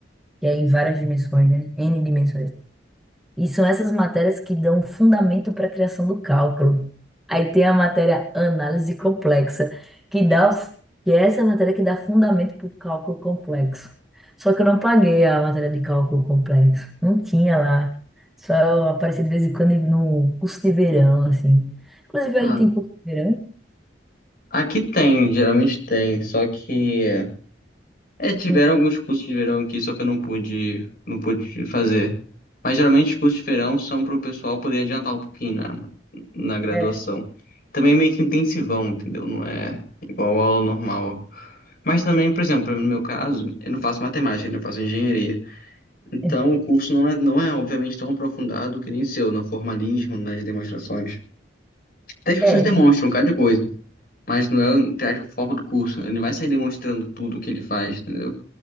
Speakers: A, in the centre; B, on the left.
A: que é em várias dimensões, né? N dimensões. E são essas matérias que dão fundamento para a criação do cálculo. Aí tem a matéria análise complexa, que dá, o- que é essa matéria que dá fundamento para o cálculo complexo. Só que eu não paguei a matéria de cálculo complexo. Não tinha lá. Só aparecia de vez em quando no curso de verão, assim. Inclusive,
B: Ah,
A: aí tem curso de verão.
B: Aqui tem, geralmente tem, só que é, tiveram
A: né?
B: alguns cursos de verão aqui, só que eu não pude, não pude fazer. Mas geralmente os cursos de verão são para o pessoal poder adiantar um pouquinho na, na graduação.
A: É,
B: Também é meio que intensivão, entendeu? Não é igual a aula normal. Mas também, por exemplo, no meu caso, eu não faço matemática, eu faço engenharia. Então
A: é, <laughs>
B: o curso não é, não é obviamente tão aprofundado que nem o seu, no formalismo, nas demonstrações. Até as pessoas
A: é,
B: demonstram cada coisa mas não é, entre aspas, o foco do curso. Ele não vai sair demonstrando tudo o que ele faz, entendeu?